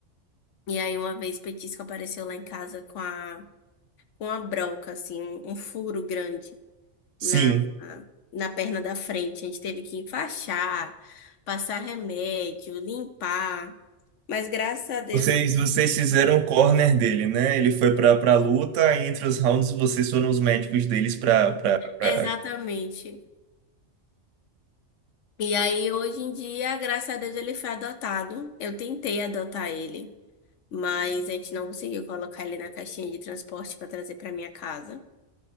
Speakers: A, on the left; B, on the right.
A: E aí uma vez Petisco apareceu lá em casa com a com a broca assim, um, um furo grande
B: Sim.
A: na na perna da frente. A gente teve que enfaixar, passar remédio, limpar, mas graças a Deus
B: Vocês,
A: <laughs>
B: vocês fizeram o corner dele, né? Ele foi pra para luta, e entre os rounds vocês foram os médicos deles pra pra pra-
A: Exatamente. E aí, hoje em dia, graças a Deus, ele foi adotado. Eu tentei adotar ele, mas a gente não conseguiu colocar ele na caixinha de transporte para trazer para minha casa.